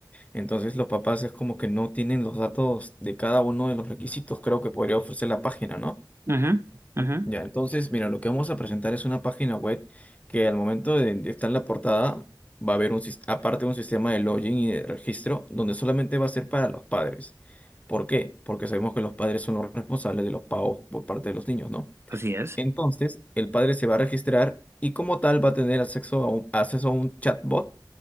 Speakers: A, on the left (about 20°); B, on the right (about 35°).
A: entonces los papás es como que no tienen los datos de cada uno de los requisitos, creo que podría ofrecer la página, ¿no?
B: Ujú, ujú.
A: Ya, entonces, mira, lo que vamos a presentar es una página web que al momento de de estar en la portada va a haber un, sis- aparte un sistema de login y de registro donde solamente va a ser para los padres. ¿Por qué? Porque sabemos que los padres son los responsables de los pagos por parte de los niños, ¿no?
B: Así es,
A: Entonces, el padre se va a registrar y como tal va a tener acceso a un, acceso a un chatbot.